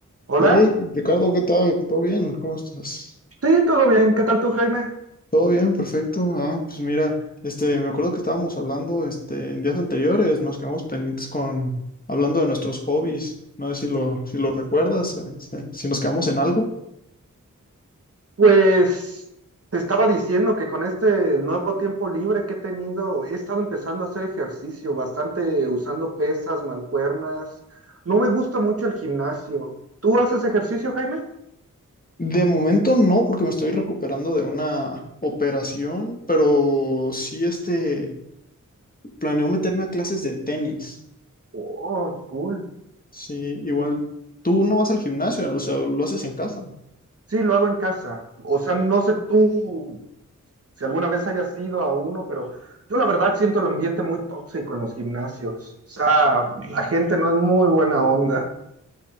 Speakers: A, on the right (about 45°); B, on the left (about 25°).
A: Hola,
B: Hey, Ricardo, ¿qué tal? ¿Todo bien? ¿Cómo estás?
A: sí, todo bien. ¿Qué tal tú, Jaime?
B: Todo bien, perfecto. Ah, pues mira, este, me acuerdo que estábamos hablando, este, en días anteriores, nos quedamos pendientes con hablando de nuestros hobbies. No sé si lo,
A: Mm,
B: si lo recuerdas, eh, si si nos quedamos en algo.
A: Pues te estaba diciendo que con este nuevo tiempo libre que he tenido, he estado empezando a hacer ejercicio bastante usando pesas, mancuernas. No me gusta mucho el gimnasio. ¿Tú haces ejercicio, Jaime?
B: De momento no, porque me estoy recuperando de una operación, pero sí, este, planeo meterme a clases de tenis.
A: Oh, cool.
B: Sí, igual tú no vas al gimnasio, o sea, lo haces en casa.
A: Sí, lo hago en casa. O sea, no sé tú si alguna vez hayas ido a uno, pero yo la verdad siento el ambiente muy tóxico en los gimnasios. O sea, la gente no es muy buena onda.